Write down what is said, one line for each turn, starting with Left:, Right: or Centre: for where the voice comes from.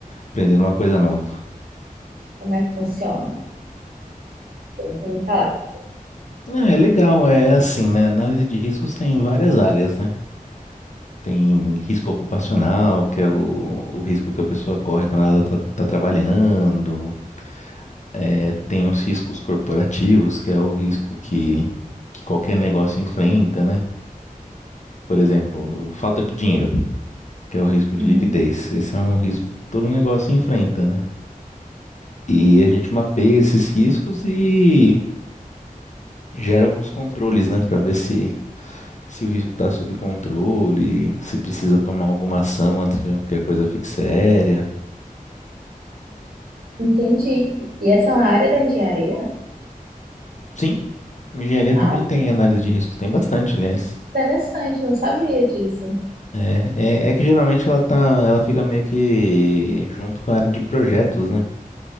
Left: aprendendo uma coisa nova.
Right: como é que funciona? Eu nunca ouvi falar.
Left: Ah, é legal, é assim, né? Análise de riscos tem várias áreas, né? Tem risco ocupacional, que é o, o risco que a pessoa corre quando ela está trabalhando. É, tem os riscos corporativos, que é o risco que, que qualquer negócio enfrenta, né? Por exemplo, do- falta de dinheiro, que é o risco
Right: Uhum.
Left: de liquidez. Esse é um risco que todo negócio enfrenta, né? E a gente mapeia esses riscos e gera alguns controles, né? Para ver se, se o risco está sob controle, se precisa tomar alguma ação antes que que a coisa fique séria.
Right: Entendi. E essa é uma área da engenharia?
Left: Sim, Engenharia
Right: Ah,
Left: também tem análise de riscos, tem bastante, aliás.
Right: interessante, não sabia disso.
Left: É, é, é que geralmente ela tá, ela fica meio que junto com a área de projetos, né?